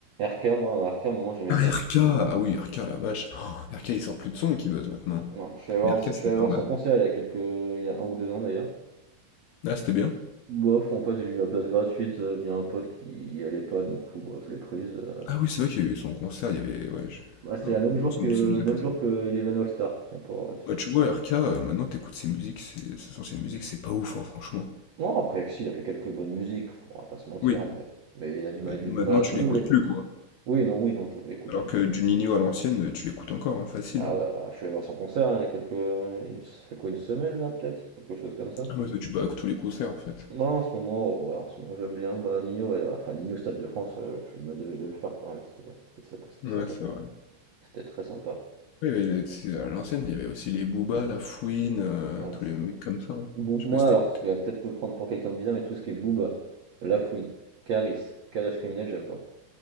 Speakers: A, on the right (about 65°); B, on the left (about 75°).
A: RK, moi, RK, à un moment, j'aimais
B: Ah,
A: bien.
B: RK! Ah oui, RK, la vache. Oh, RK, il sort plus de son qui buzz maintenant.
A: Non, je suis allé voir,
B: Mais RK,
A: je
B: c'était
A: suis allé
B: pas
A: voir
B: mal.
A: son concert il y a quelques, il y a un ou deux ans d'ailleurs.
B: Ah, c'était bien.
A: Bof, en fait j'ai eu la place gratuite euh, via un pote qui y allait pas, du coup bah, je l'ai prise. euh.
B: Ah oui, c'est vrai qu'il y a eu son concert, il y avait. Ouais, je-
A: Bah, c'était
B: non,
A: la même jour
B: moi ça
A: que
B: me,
A: le
B: ça me donnait
A: même
B: pas trop.
A: jour que Eleven All Star. Tiens pour. euh,
B: Bah, tu vois, RK, euh, maintenant t'écoutes ses musiques, c'est- ses anciennes musiques, c'est pas ouf, hein, franchement.
A: Non après si il a fait quelques bonnes musiques, on va pas se mentir,
B: Oui,
A: mais, mais il a du mal,
B: mais
A: il
B: maintenant
A: a du mal à
B: tu
A: se renouveler
B: l'écoutes
A: quoi.
B: plus, quoi.
A: Oui non oui non je l'écoute
B: Alors
A: plus.
B: que du Nino à l'ancienne, tu l'écoutes encore, hein, facile.
A: Bah,
B: hein.
A: ouais, bah, je suis allé voir son concert hein, il y a quelques, il me- ça fait quoi une semaine là peut-être, quelque chose comme ça.
B: Ah ouais, toi, tu vas à tous les concerts en fait.
A: Moi en ce moment, ouais, en ce moment j'aime bien bah, Nino, ouais, enfin Nino au Stade de France, euh, je me devais de le faire quand même, c'était c'était sympa, c'était
B: Ouais,
A: sympa.
B: c'est vrai.
A: C'était très sympa.
B: Oui, mais le tu à l'ancienne, il y avait aussi les Booba, la Fouine, euh,
A: Ouais,
B: tous
A: c'est-
B: les mecs comme ça. hein.
A: Bou-
B: Je
A: moi
B: sais pas si
A: alors,
B: t'écoutais.
A: ça va peut-être me prendre pour quelqu'un de bizarre, mais tout ce qui est Booba, Lafouine, Caris, Kalash criminel, j'aime pas.